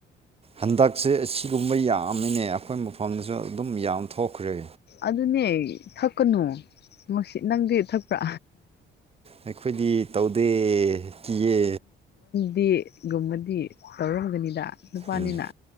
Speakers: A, on the right; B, on the left.
A: ꯍꯟꯗꯛꯁꯦ ꯑꯁꯤꯒꯨꯝꯕ ꯌꯥꯝꯅꯅꯦ ꯑꯩꯈꯣꯏ ꯃꯐꯝꯗꯁꯨ ꯑꯗꯨꯝ ꯌꯥꯝ ꯊꯣꯛꯈ꯭ꯔꯦ
B: ꯑꯗꯨꯅꯦ ꯊꯛꯀꯅꯣ ꯃꯁꯤ ꯅꯪꯗꯤ ꯊꯛꯄ꯭ꯔꯥ
A: ꯑꯩꯈꯣꯏꯗꯤ ꯇꯧꯗꯦ ꯀꯤꯌꯦ
B: ꯗꯤ ꯒꯨꯝꯕꯗꯤ ꯇꯧꯔꯝꯒꯅꯤꯗ ꯅꯨꯄꯥꯅꯤꯅ
A: ꯎꯝ